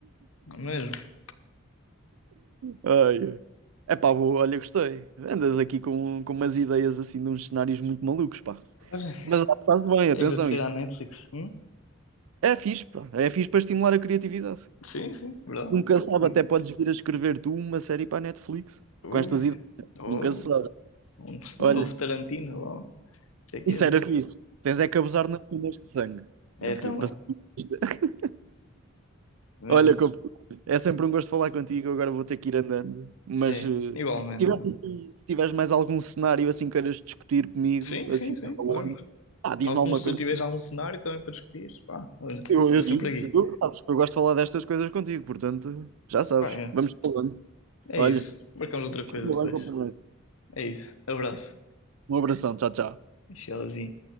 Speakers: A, on the left (about 80°); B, on the right (about 80°).
A: Não é mesmo?
B: Ai, ai. Epá, boa, olha, gostei. Andas aqui com, com umas ideias assim de uns cenários muito malucos, pá.
A: Olha,
B: Mas faz bem, atenção,
A: é agradecer
B: isto.
A: à Netflix. Hum?
B: É fixe, pá. É fixe para estimular a criatividade.
A: Sim, sim, verdade.
B: Nunca se sabe,
A: Sim.
B: até podes vir a escrever tu uma série para a Netflix
A: Ui,
B: com estas ideias.
A: ora.
B: Nunca se sabe.
A: Um,
B: Olha,
A: um novo Tarantino, lá, não sei o quê.
B: isso era fixe. Tens é que abusar nas penas de sangue.
A: É,
B: Porque
A: também,
B: passa- <laughs>
A: mesmo.
B: Olha, compa, é sempre um gosto falar contigo. Agora vou ter que ir andando. Mas
A: É,
B: eh, se
A: igualmente.
B: tiveres,
A: né?
B: assim- se tiveres mais algum cenário assim queiras discutir comigo,
A: Sim,
B: assim,
A: sim, sim,
B: falando,
A: claro.
B: ah, diz-me
A: Tal
B: alguma
A: como se
B: coisa.
A: tu tiveres algum cenário também para discutir, pá, olha,
B: Eu,
A: estou
B: eu digo-te,
A: sempre aqui.
B: tu sabes que eu gosto de falar destas coisas contigo, portanto, já sabes.
A: Pá, é,
B: Vamos falando.
A: é
B: Olha,
A: isso. Marcamos outra coisa
B: Fica bem,
A: depois.
B: companheiro.
A: É isso. Abraço.
B: Um abração, tchau, tchau.
A: Tchauzinho.